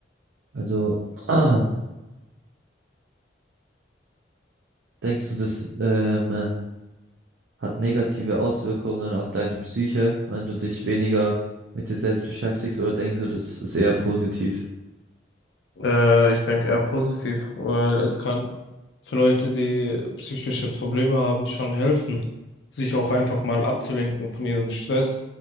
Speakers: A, on the right (about 80°); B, on the left (about 75°).
A: also <clears throat> denkst du, das ähm, äh, hat negative Auswirkungen auf deine Psyche, wenn du dich weniger mit dir selbst beschäftigst, oder denkst du, das ist eher positiv?
B: Äh, ich denke eher positiv, weil es kann für Leute, die psychische Probleme haben, schon helfen, sich auch einfach mal abzulenken von ihrem Stress,